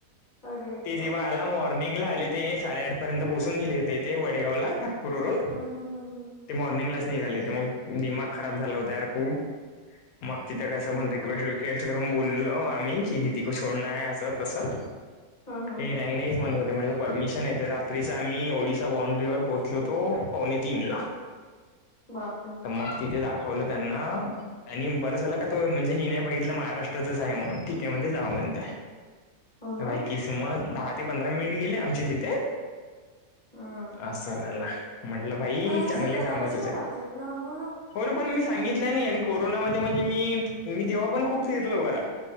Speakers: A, on the left; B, on the left.
A: अरे
B: ते जेव्हा
A: बाप
B: आ ला मॉर्निंग ला आले ते साडेआठपर्यंत पोहचून गेले होते ते वडेगावला नागपूरवरून
A: हम हम हम हम
B: ते मॉर्निंग क्लास निघाले होते मग दिमाग खराब झाला होतार खूप मग तिथ कसं म्हण रिक्वेस्ट
A: बापरे
B: विक्वेट त करून बोललो आम्ही की दिदीक ोडण आहे असं तसं.
A: हम् हम्
B: हे
A: हम्
B: नाही नाहीच म्हणत होते म्हटलं परमिशन येतात. िस आम्ही ओडिसा बांड्री वर पोहोचलोतो पवणे तीन ला
A: बापरे बाप
B: मग तिथे दाखवलं त्यांना आणि बरं झाला का तो म्हणजे हे नाही बघितलं महाराष्ट्रातच आहे म्हणून ठीक आहे म्हणजे जाऊ म्हणत.
A: हो ना
B: बाई किसम दहा ते पंधरा मिनिट गेले आमच्या तिथे
A: हम्म
B: असं झालं म्हंटलं भाई
A: पण हे असं
B: चांगले
A: करायलाच
B: काम आहे तुझे
A: नाही पाहिजेत ना हो
B: हो ना पण मी सांगितलं नाही आणि कोरोनामध्ये म्हणजे मी मी तेव्हा पण खूप फिरलो बरा.